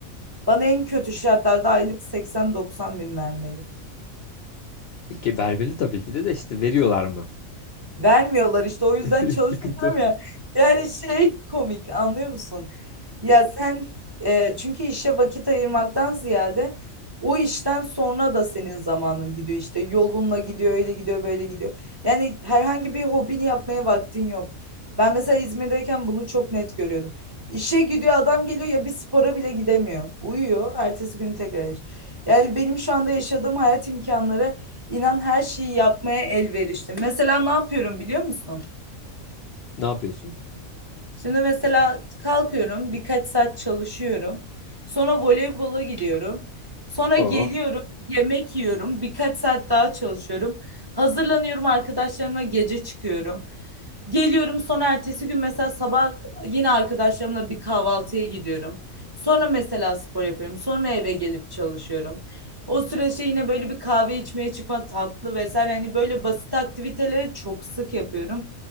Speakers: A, on the right; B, on the left.
A: bana en kötü şartlarda aylık seksen doksan bin vermeli.
B: E, ki vermeli tabii ki de de işte veriyorlar mı?
A: Vermiyorlar işte o yüzden
B: <laughs>
A: çalışmıyorum
B: Sıkıntı o.
A: ya. Yani şey komik anlıyor musun? Ya sen e, çünkü işe vakit ayırmaktan ziyade o işten sonra da senin zamanın gidiyor işte yolunla gidiyor öyle gidiyor böyle gidiyor. Yani herhangi bir hobini yapmaya vaktin yok. Ben mesela İzmir'deyken bunu çok net görüyordum. İşe gidiyor adam geliyor ya bir spora bile gidemiyor. Uyuyor ertesi gün tekrar iş. Yani benim şu anda yaşadığım hayat imkanları İnan her şeyi yapmaya elverişli. Mesela ne yapıyorum biliyor musun?
B: Ne yapıyorsun?
A: Şimdi mesela kalkıyorum, birkaç saat çalışıyorum. Sonra voleybola gidiyorum. Sonra
B: Oo.
A: geliyorum, yemek yiyorum, birkaç saat daha çalışıyorum. Hazırlanıyorum arkadaşlarımla gece çıkıyorum. Geliyorum sonra ertesi gün mesela sabah yine arkadaşlarımla bir kahvaltıya gidiyorum. Sonra mesela spor yapıyorum. Sonra eve gelip çalışıyorum. O süreçte yine böyle bir kahve içmeye çıkma, tatlı vesaire hani böyle basit aktiviteleri çok sık yapıyorum.